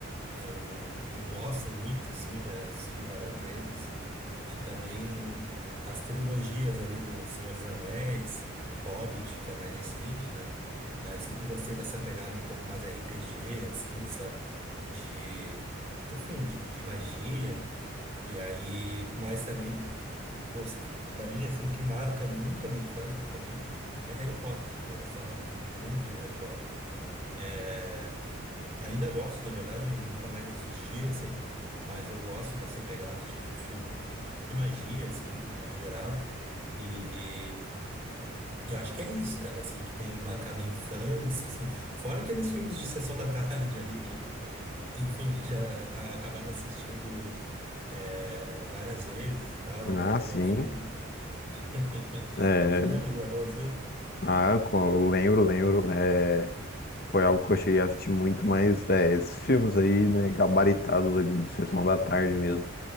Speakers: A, on the right (about 30°); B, on the left (about 45°).
A: eu, eu gosto muito, assim, já assisti várias vezes, e também as trilogias ali do Senhor dos Anéis, Hobbit, que é mais recente, né, mas sempre gostei dessa pegada um pouco mais RPG, assim, sabe, de, enfim, de, de magia, e aí, mas também Gosto. para mim, assim, o que marca muito a minha infância também é Harry Potter, cara. Eu gostava muito de Harry Potter. É, Ainda gosto, na verdade, eu nunca mais assisti, assim, mas eu gosto dessa pegada de filme de de magia, assim, de modo geral. E, e acho que é isso, cara, assim, que tem marcado a infância, assim. Fora aqueles filmes de sessão da tarde ali que, enfim, <laughs> já ah, acabava assistindo é, várias vezes e tal,
B: Ah,
A: Lagoa
B: sim.
A: Azul. <laughs>
B: É,
A: Tu lembra do Lagoa Azul?
B: ah, co- eu lembro, lembro. É, foi algo que eu cheguei a assistir muito, mas é, esses filmes aí, né, gabaritados ali de Sessão da Tarde mesmo.